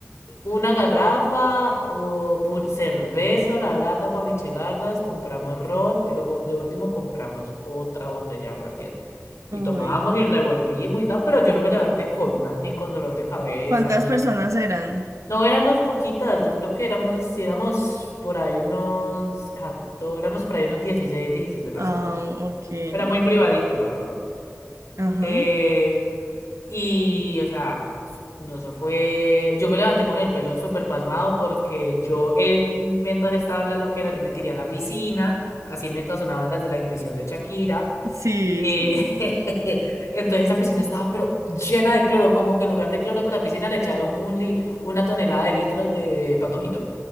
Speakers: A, on the left; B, on the right.
A: una garrafa, o pu- cerveza, la lata para michelarlas, compramos ron y luego de último compramos otra botella de aguardiente. Y
B: uy,
A: tomábamos y revolvimos y tal, pero yo no me levanté con na- ni con dolor de cabeza,
B: ¿cuántas
A: ni...
B: personas eran?
A: No éramos poquitas, yo creo que éramos, si éramos por ahí unos 14, éramos por ahí unos 16 17 personas.
B: Ah, ok,
A: Era muy privadito, la verdad.
B: ajá,
A: Eh, y, o sea, no, eso fue. Yo me levanté con el pelo súper pasmado porque yo, eh, mientras estaba en la loquera, yo me tiré a la piscina, así mientras sonaban las de la intuición de Shakira.
B: sí,
A: Eh,
B: sí.
A: <laughs> entonces esa piscina estaba pero llena de cloro, como que en lugar de cloro para piscina le echaron un li- una tonelada de litros de patojito.